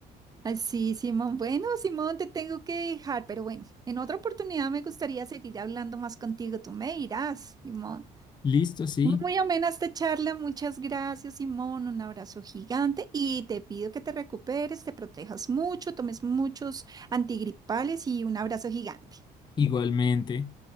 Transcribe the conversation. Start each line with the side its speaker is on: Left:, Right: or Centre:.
Right: Ay, sí, Simón. Bueno, Simón, te tengo que dejar, pero bueno, en otra oportunidad me gustaría seguir hablando más contigo. Tú me irás, Simón.
Left: Listo, sí,
Right: Muy amena esta charla. Muchas gracias, Simón. Un abrazo gigante y te pido que te recuperes, te protejas mucho, tomes muchos antigripales y un abrazo gigante.
Left: igualmente.